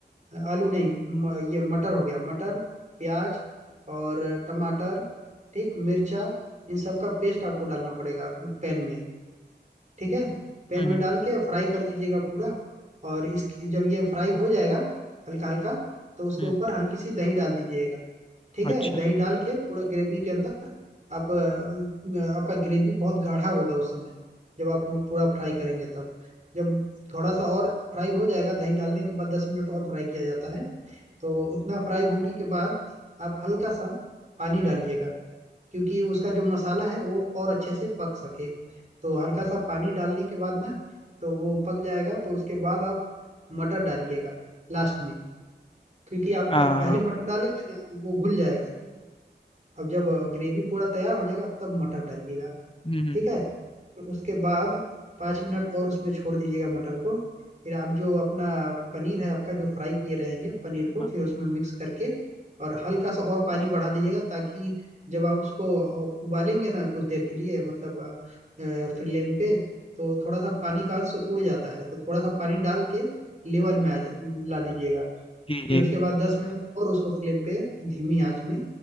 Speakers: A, on the right; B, on the left.
A: अ, आलू नहीं म, ये मटर हो गया मटर प्याज और टमाटर ठीक मिर्चा इन सब का पेस्ट आपको डालना पड़ेगा पैन में ठीक है पैन
B: हम्म
A: में
B: हम्म
A: डाल के फ्राई कर दीजिएगा पूरा और इसकी जब ये फ्राई हो जाएगा हल्का हल्का तो उसके
B: हम्म,
A: ऊपर हल्की सी दही डाल दीजिएगा ठीक है
B: अच्छा
A: दही डाल के पूरा ग्रेवी के अंदर आप अ, आपका ग्रेवी बहुत गाढ़ा होगा उस समय जब आप पू- पूरा फ्राई करेंगे तब जब थोड़ा सा और फ्राई हो जाएगा दही डालने के बाद दस मिनट और फ्राई किया जाता है तो उतना फ्राई होने के बाद आप हल्का सा पानी डालिएगा क्योंकि उसका जो मसाला है वो और अच्छे से पक सके तो हल्का सा पानी डालने के बाद ना तो वो पक जाएगा तो उसके बाद आप मटर डालिएगा लास्ट में क्योंकि आप
B: हाँ
A: प- पहले
B: हाँ,
A: मटर डालेंगे ना तो वो घुल जाएगा अब जब ग्रेवी पूरा तैयार हो जाएगा तब मटर डालिएगा
B: हम्म हम्म
A: ठीक है फिर उसके बाद पाँच मिनट और उसमें छोड़ दीजिएगा मटर को फिर आप जो अपना पनीर है आपका जो फ्राई किए रहेंगे पनीर को
B: हाँ,
A: फिर उसमें मिक्स करके और हल्का सा और पानी बढ़ा दीजिएगा ताकि जब आप उसको उबालेंगे ना कुछ देर के लिए मतलब फ्लेम पे तो थोड़ा सा पानी का अंश उड़ जाता है तो थोड़ा सा पानी डाल के लेवर में आ जा- ला दीजिएगा
B: जी
A: फिर
B: जी
A: उसके बाद दस मिनट और उसको फ्लेम पे धीमी आंच में